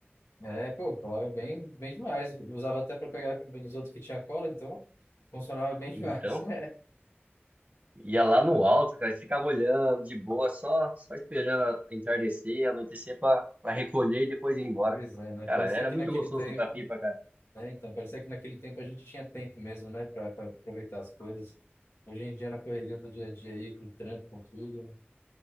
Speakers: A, on the left; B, on the right.
A: É, pô, colava bem, bem demais. Usava até para pegar os outros que tinha cola, então funcionava bem demais.
B: Então,
A: <laughs>
B: ia lá no alto, cara, e ficava olhando de boa, só, só esperando a- entardecer, anoitecer pra, pra recolher e depois ir embora.
A: Pois é, né?
B: Cara,
A: Parecia
B: era
A: que
B: muito
A: naquele
B: gostoso
A: tempo,
B: soltar pipa, cara.
A: né? Então, parecia que naquele tempo a gente tinha tempo mesmo, né, para aproveitar as coisas. Hoje em dia, na correria do dia a dia aí, com trampo, com tudo,